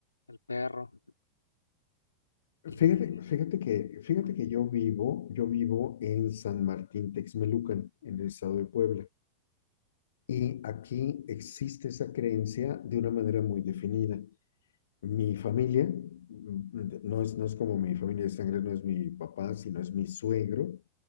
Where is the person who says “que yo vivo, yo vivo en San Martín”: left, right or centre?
Left